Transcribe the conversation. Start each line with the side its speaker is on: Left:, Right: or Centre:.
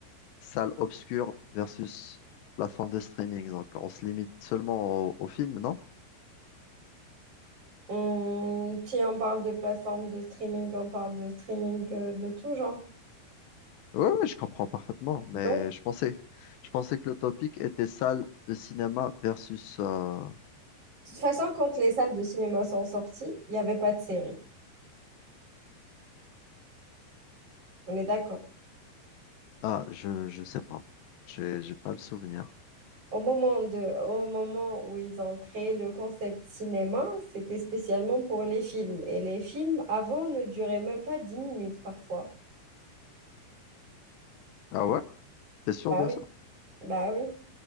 Left: salle obscure versus plateforme de streaming. Donc, on se limite seulement au, au film, non?
Right: Hum, si on parle de plateforme de streaming, on parle de streaming euh, de tout genre.
Left: Ouais, ouais, je comprends parfaitement, mais
Right: Donc,
Left: je pensais, je pensais que le topic était salle de cinéma versus, euh,
Right: toute façon, quand les salles de cinéma sont sorties, il n'y avait pas de série. On est d'accord.
Left: ah, je, je sais pas. J'ai, j'ai pas le souvenir.
Right: Au moment de, au moment où ils ont créé le concept cinéma, c'était spécialement pour les films. Et les films, avant, ne duraient même pas dix minutes parfois.
Left: Ah ouais? T'es sûr
Right: Ah
Left: de
Right: oui.
Left: ça?
Right: Bah oui.